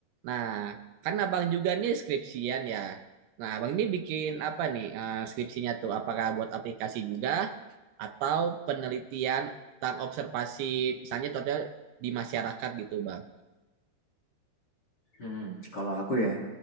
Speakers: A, on the right; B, on the left.
A: Nah, kan abang juga nih skripsian ya. Nah, abang ini bikin apa nih eh, skripsinya tuh? Apakah buat aplikasi juga atau penelitian tentang observasi misalnya contohnya di masyarakat gitu, Bang?
B: Hmm, kalau aku ya,